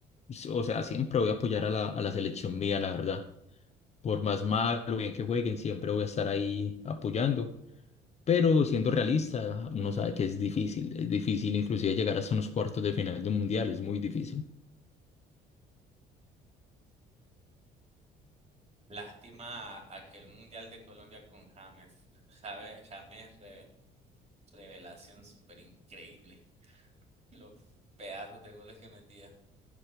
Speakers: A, on the left; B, on the right.
A: o sea, siempre voy a apoyar a la, a la selección mía, la verdad. por más mal o bien que jueguen, siempre voy a estar ahí apoyando. Pero siendo realista, uno sabe que es difícil. Es difícil inclusive llegar hasta unos cuartos de final de un mundial, es muy difícil.
B: Lástima a- aquel Mundial de Colombia con James. Jave- James, re- revelación súper increíble. Los pedazos de goles que metía.